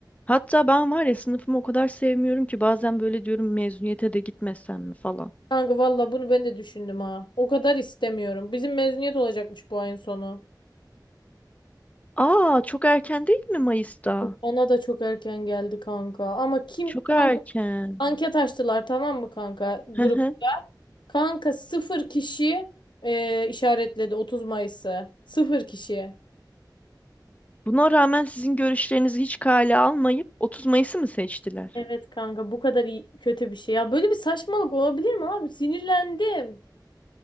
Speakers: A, on the left (about 20°); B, on the left (about 90°).
A: hatta ben var ya sınıfımı o kadar sevmiyorum ki bazen böyle diyorum mezuniyete de gitmesem mi falan.
B: Kanka valla bunu ben de düşündüm ha. O kadar istemiyorum. Bizim mezuniyet olacakmış bu ayın sonu.
A: Aa çok erken değil mi Mayıs'ta?
B: Bana da çok erken geldi kanka. Ama kim
A: Çok erken.
B: kanka anket açtılar tamam mı kanka? Grup
A: Hı hı.
B: Kanka sıfır kişi e, işaretledi 30 Mayıs'ı. Sıfır kişi.
A: Buna rağmen sizin görüşlerinizi hiç kale almayıp 30 Mayıs'ı mı seçtiler?
B: Evet kanka bu kadar iyi- kötü bir şey. Ya böyle bir saçmalık olabilir mi abi? Sinirlendim.